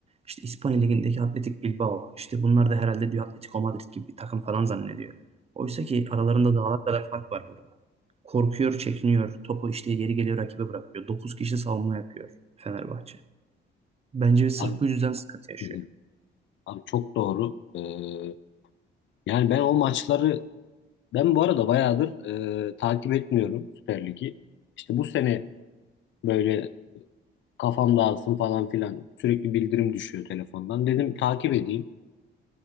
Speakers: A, on the right; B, on the left.
A: İşte İspanya ligindeki Atletik Bilbao. İşte bunlar da herhalde diyor Atletico Madrid gibi bir takım falan zannediyor. Oysa ki aralarında dağlar kadar fark var burada. Korkuyor, çekiniyor. Topu işte geri geliyor rakibe bırakıyor. 9 kişi savunma yapıyor Fenerbahçe. Bence sırf
B: Abi,
A: bu yüzden sıkıntı yaşıyor.
B: hı hı. Abi çok doğru. Ee, yani ben o maçları ben bu arada bayağıdır e, takip etmiyorum Süper Lig'i. İşte bu sene böyle kafam dağılsın falan filan. Sürekli bildirim düşüyor telefondan. Dedim takip edeyim.